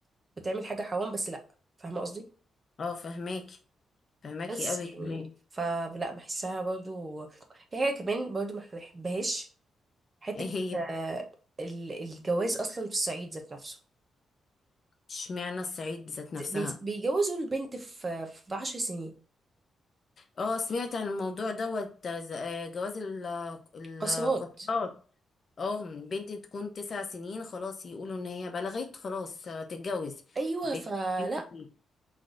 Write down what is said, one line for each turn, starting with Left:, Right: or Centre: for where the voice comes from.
Right: بتعمل حاجه حرام بس لا فاهمه قصدي
Left: اه فهماكي فهماكي
Right: بس
Left: قوي
Right: يعني
Left: كمان
Right: فلا بحسها برضو في حاجه كمان برضو ما بحبهاش حتة
Left: ايه هي
Right: آه، ال- الجواز أصلا في الصعيد ذات نفسه
Left: اشمعنى الصعيد ذات نفسها
Right: بي- بيجوزوا البنت في في عشر سنين
Left: اه سمعت عن الموضوع دوت آه، ز- آه، جواز ال- القطارات
Right: قاصرات
Left: اه بنت تكون تسع سنين خلاص يقولوا ان هي بلغت خلاص آه، تتجوز
Right: أيوة
Left: البنت
Right: فلا
Left: دي-